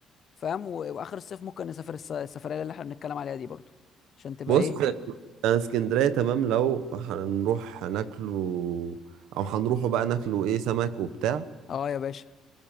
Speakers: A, on the left; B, on the right.
A: فاهم و- واخر الصيف ممكن نسافر الس- السفرية اللي احنا بنتكلم عليها دي برضو عشان تبقى
B: بص
A: ايه
B: انا اسكندريه تمام لو هنروح هناكله او هنروحوا بقى ناكله ايه سمك وبتاع
A: اه يا باشا